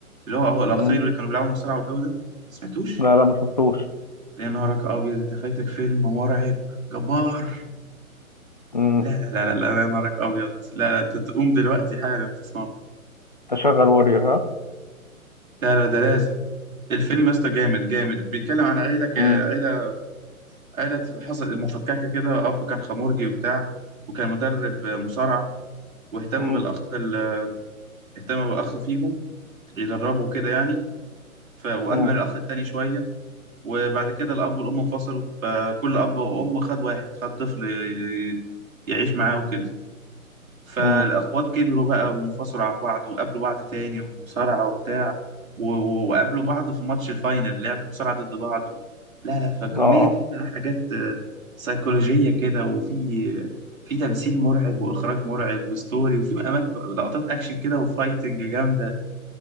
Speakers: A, on the right (about 65°); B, on the left (about 35°).
A: اللي هو هو الاخير
B: مم.
A: اللي كانوا بيلعبوا مصارعة والجو ده ما سمعتوش؟
B: لا لا ما شفتوش
A: يا نهارك ابيض انت فايتك فيلم مرعب جبار
B: مم.
A: لا لا لا لا لا يا نهارك ابيض لا لا انت تقوم دلوقتي حالا تسمعه
B: تشغل وارير ها
A: لا لا ده لازم الفيلم يا اسطى جامد جامد بيتكلم عن عيله ك- عيله
B: مم.
A: عيله حصل مفككه كده اب كان خمرجي وبتاع وكان مدرب مصارعه واهتم
B: مم.
A: بالاخ ال- اهتم بالاخ فيهم يدربه كده يعني ف واهمل
B: مم.
A: الاخ التاني شويه وبعد كده الاب والام انفصلوا فكل اب وام خد واحد خد طفل ي- يعيش معاه وكده فالأخوات
B: مم.
A: كبروا بقى وانفصلوا عن بعض وقابلوا بعض تاني ومصارعة وبتاع و- و- وقابلوا بعض في ماتش الفاينل لعبوا مصارعة ضد بعض و... لا لا فكمية
B: اه آه.
A: في بقى حاجات آه، سيكولوجية كده وفي في تمثيل مرعب وإخراج مرعب وستوري وفي أماكن لقطات أكشن كده وفايتنج جامدة